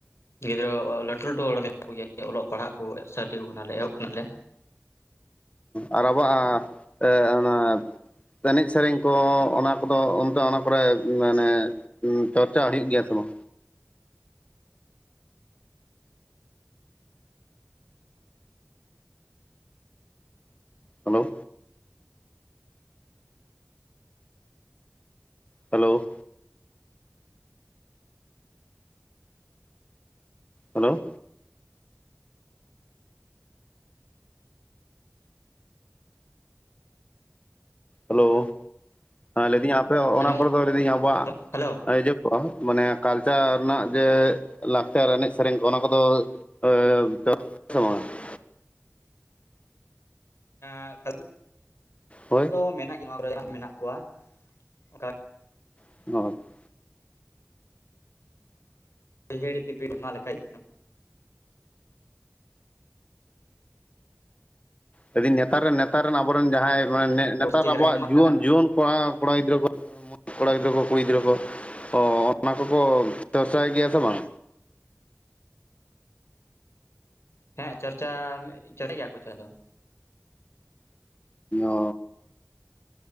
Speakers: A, on the left; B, on the left.
A: ᱜᱤᱫᱽᱨᱟᱹ ᱞᱟᱹᱴᱩ ᱞᱟᱹᱴᱩ ᱦᱚᱲ ᱢᱮᱱᱟᱜ ᱠᱚᱜᱮᱭᱟ ᱚᱞᱚᱜ ᱯᱟᱲᱦᱟᱜ ᱠᱚ <unintelligible> ᱠᱟᱱᱟᱞᱮ ᱮᱦᱚᱵ ᱠᱷᱚᱱᱟᱜᱮ
B: ᱟᱨ ᱟᱵᱚᱣᱟᱜ ᱚᱱᱟ ᱮᱱᱮᱡ ᱥᱮᱨᱮᱧ ᱠᱚ ᱚᱱᱟ ᱠᱚᱫᱚ ᱚᱱᱛᱮ ᱚᱱᱟ ᱠᱚᱨᱮ ᱢᱟᱱᱮ ᱦᱩᱸ ᱪᱚᱨᱪᱟ ᱦᱩᱭᱩᱜ ᱜᱮᱭᱟ ᱥᱮ ᱵᱟᱝ? ᱦᱮᱞᱳ ᱦᱮᱞᱳ ᱦᱮᱞᱳ ᱦᱮᱞᱳ ᱦᱮᱸ ᱞᱟᱹᱭᱫᱟᱹᱧ ᱟᱯᱮ
A: ᱟᱸᱡᱚᱢᱚᱜ
B: ᱚᱱᱟ ᱠᱚᱨᱮ ᱫᱚ ᱞᱟᱹᱭᱫᱟᱹᱧ ᱟᱵᱚᱣᱟᱜ
A: ᱦᱮᱞᱳ
B: <unintelligible> ᱢᱟᱱᱮ ᱠᱟᱞᱪᱟᱨ ᱨᱮᱱᱟᱜ ᱡᱮ ᱞᱟᱠᱪᱟᱨ ᱮᱱᱮᱡ ᱥᱮᱨᱮᱧ ᱠᱚ ᱚᱱᱟ ᱠᱚᱫᱚ <unintelligible>
A: <unintelligible>
B: ᱦᱳᱭ
A: ᱢᱮᱱᱟᱜ ᱠᱚᱣᱟ᱾ ᱚᱱᱠᱟ
B: <unintelligible>
A: ᱦᱤᱦᱤᱲᱤ ᱯᱤᱯᱤᱲᱤ ᱱᱚᱣᱟ ᱞᱮᱠᱟᱭ
B: ᱫᱟᱹᱧ ᱱᱮᱛᱟᱨ ᱨᱮᱱ ᱱᱮᱛᱟᱨ ᱨᱮᱱ ᱟᱵᱚᱨᱮᱱ ᱡᱟᱸᱦᱟᱸᱭ ᱢᱟᱱᱮ
A: ᱰᱤᱥᱴᱤᱠ
B: ᱱᱮᱛᱟᱨ ᱟᱵᱚᱣᱟᱜ
A: ᱨᱮ ᱟᱭᱢᱟ
B: ᱡᱩᱣᱟᱹᱱ
A: ᱠᱟᱱᱟ
B: ᱡᱩᱣᱟᱹᱱ ᱠᱚᱲᱟ ᱠᱚᱲᱟ ᱜᱤᱫᱽᱨᱟᱹ ᱠᱚ ᱠᱚᱲᱟ ᱜᱤᱫᱽᱨᱟᱹ ᱠᱚ ᱠᱩᱲᱤ ᱜᱤᱫᱽᱨᱟᱹ ᱠᱚ ᱚᱻ ᱚᱱᱟ ᱠᱚᱠᱚ ᱪᱚᱨᱪᱟᱭ ᱜᱮᱭᱟ ᱥᱮ ᱵᱟᱝ?
A: ᱦᱮᱸ ᱪᱚᱨᱪᱟ ᱪᱚᱨᱟᱭ ᱜᱮᱭᱟ ᱠᱚ ᱪᱚᱨᱟ ᱫᱚ
B: ᱚ